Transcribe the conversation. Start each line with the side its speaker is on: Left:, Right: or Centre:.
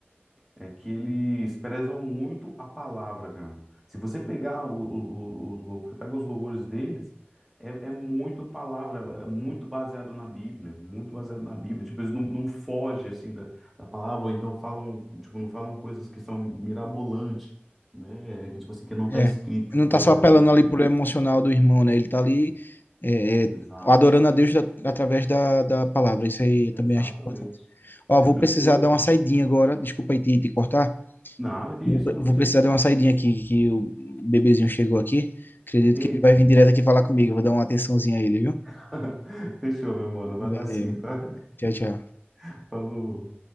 Centre: é que eles prezam muito a palavra, cara. Se você pegar o, o- o- os, lou- você pega os louvores deles, é, é muito palavra, é muito baseado na Bíblia, muito baseado na Bíblia. Tipo, eles não, não fogem, assim, da, da palavra, ou então falam, tipo, não falam coisas que são mirabolantes, né? É Que, tipo assim, que não está
Left: É.
Centre: escrito,
Left: Não tá
Centre: por
Left: só
Centre: exemplo,
Left: apelando
Centre: na Bíblia.
Left: ali pro
Centre: né?
Left: emocional do irmão, né? Ele tá ali é,
Centre: Exato,
Left: é, adorando a Deus da- através da, da palavra. Isso aí eu também
Centre: exatamente.
Left: acho importante. Ó,
Centre: É
Left: vou
Centre: por
Left: precisar
Centre: isso que eu
Left: dar uma saidinha agora. Desculpa aí te, te cortar.
Centre: Nada, que
Left: Vou
Centre: isso, pô,
Left: vou
Centre: gente,
Left: precisar
Centre: boa.
Left: dar uma saidinha aqui, que o bebezinho chegou aqui. Acredito que
Centre: Eita.
Left: ele vai vir direto aqui falar comigo. Eu Vou dar uma atençãozinha a ele, viu?
Centre: <laughs> Fechou, meu mano. Vai
Left: Valeu,
Centre: lá sim, tá?
Left: tchau, tchau.
Centre: <laughs> Falou.